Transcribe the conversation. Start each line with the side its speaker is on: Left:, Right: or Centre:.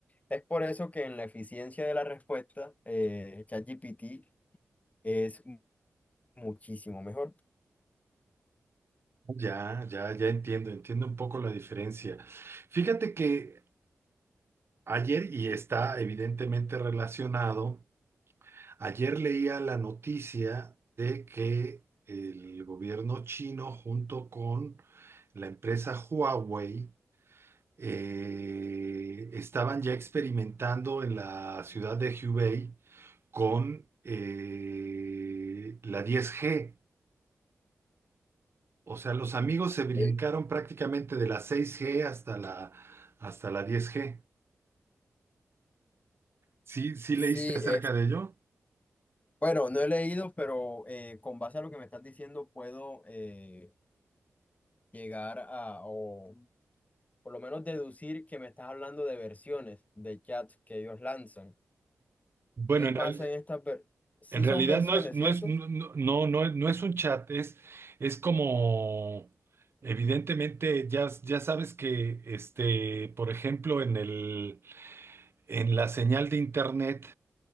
Left: Es por eso que en la eficiencia de la respuesta, eh, ChatGPT es muchísimo mejor.
Right: Ya, ya, ya entiendo, entiendo un poco la diferencia. Fíjate que ayer, y está evidentemente relacionado, ayer leía la noticia de que el gobierno chino junto con la empresa Huawei eh, estaban ya experimentando en la ciudad de Hubei con eh, la 10G. O sea, los amigos se brincaron
Left: Eh,
Right: prácticamente de la 6G hasta la, hasta la 10G. ¿Sí, sí
Left: Sí,
Right: leíste
Left: es,
Right: acerca de ello?
Left: bueno, no he leído, pero eh, con base a lo que me estás diciendo puedo eh, llegar a, o por lo menos deducir que me estás hablando de versiones de chats que ellos lanzan.
Right: Bueno,
Left: ¿Qué
Right: en
Left: pasa
Right: real-
Left: en estas versiones? Sí
Right: en realidad
Left: son versiones,
Right: no es, no
Left: ¿cierto?
Right: es, no, no, no es no es un chat, es, es como, evidentemente, ya, ya sabes que, este, por ejemplo, en el, en la señal de internet